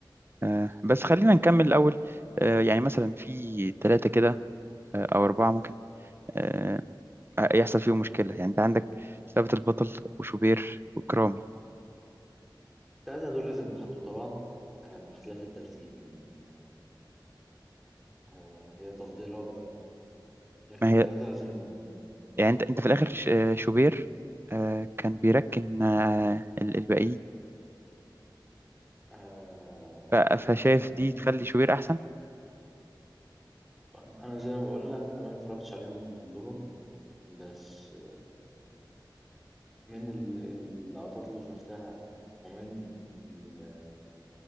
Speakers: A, on the right; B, in the centre.
A: آه بس خلينا نكمل الأول آه يعني مثلا في ثلاثة كده آه، او اربعه ممكن آه، آه، يحصل فيهم مشكله يعني انت عندك ثابت البطل وشوبير وكرامي
B: التلاتة دول لازم يتحطوا طبعا آه، باختلاف الترتيب يعني آه، هي تفضيلات بقى لكن
A: ما هي
B: التلاتة لازم يبقوا موجودين
A: يعني انت انت في الاخر ش- آه، شوبير آه، كان بيركن آه، ال- الباقيين
B: آه،
A: ف-
B: يعني
A: فشايف دي
B: أنا
A: تخلي شوبير احسن
B: أنا زي ما بقول لك أنا ما اتفرجتش عليهم كلهم بس من ال- اللقطات اللي شفتها ومن ال-